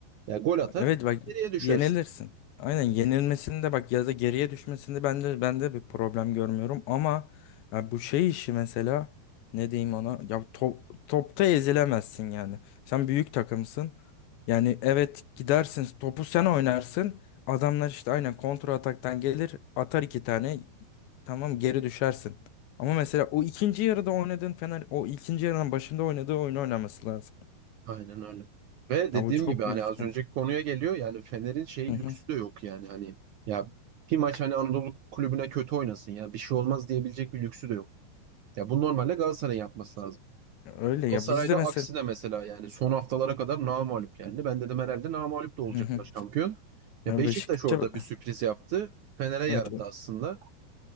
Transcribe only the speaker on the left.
Evet bak
yenilirsin. Aynen yenilmesinde bak ya da geriye düşmesinde ben de ben de bir problem görmüyorum ama ya bu şey işi mesela ne diyeyim ona ya top, topta ezilemezsin yani. Sen büyük takımsın. Yani evet gidersin topu sen oynarsın. Adamlar işte aynen kontra ataktan gelir atar iki tane tamam geri düşersin. Ama mesela o ikinci yarıda oynadığın Fener o ikinci yarının başında oynadığı oyunu oynaması lazım.
Ya bu çok
büyük sıkıntı.
Hı
hı.
Öyle ya
biz de mesela
Hı hı.
Ya
Beşiktaş'a
evet.